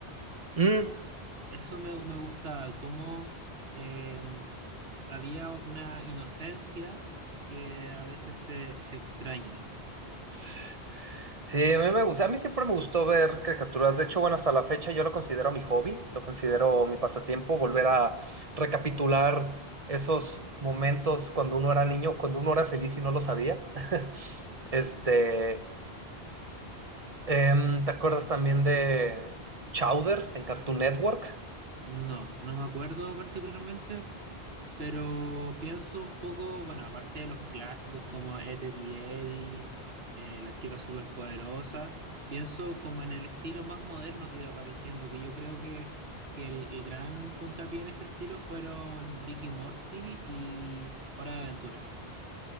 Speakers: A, on the right; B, on the right.
A: Mm,
B: Eso me, me gustaba, cómo eh, había una inocencia que a veces se, se extraña.
A: s- Sí, a mí me gusta. A mí siempre me gustó ver caricaturas. De hecho, bueno, hasta la fecha yo lo considero mi hobby, lo considero mi pasatiempo, volver a recapitular esos momentos cuando uno era niño, cuando uno era feliz y no lo sabía. <laughs> Este,
B: Eh,
A: Em, ¿te acuerdas también de Chowder en Cartoon Network?
B: no, no me acuerdo particularmente, Pero pienso un poco, bueno, aparte de los clásicos como Ed, Edd y Eddy, eh, Las chicas superpoderosas, pienso como en el estilo más moderno que iba apareciendo, que yo creo que, que el, el gran puntapié en ese estilo fueron Ricky Morty y Hora de Aventura.